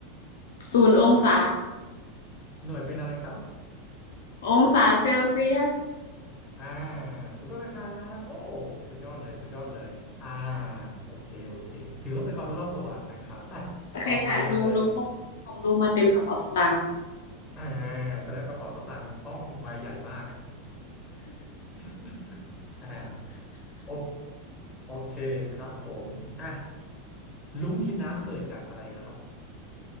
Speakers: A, on the left; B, on the left.
A: ศูนย์องศา
B: หน่วยเป็นอะไรครับ
A: องศาเซลเซียส
B: อ่าถูกต้องนะครับโอ้สุดยอดเลยสุดยอดเลยอ่าโอเคโอเคถือว่าเป็นความรู้รอบตัวนะครับอ่ะต่อไปเลย
A: โอเคค่ะหนูหนูพกของลุงมาเต็มกระเป๋าสตางค์
B: อ่าแสดงว่ากระเป๋าสตางค์ต้องใบใหญ่มาก <laughs> อ่าโอโอเคครับผมอ่ะลุงกินน้ำเกิดจากอะไรครับ